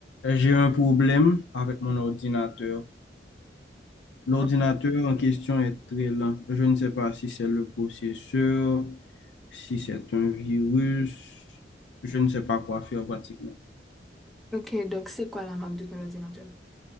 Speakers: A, on the left (about 75°); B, in the centre.
A: Euh, J'ai un problème avec mon ordinateur. L'ordinateur
B: Ouais.
A: en question est très lent. Je ne sais pas si c'est le processeur, si c'est un virus. Je ne sais pas quoi faire pratiquement.
B: Ok, donc c'est quoi la marque de ton ordinateur?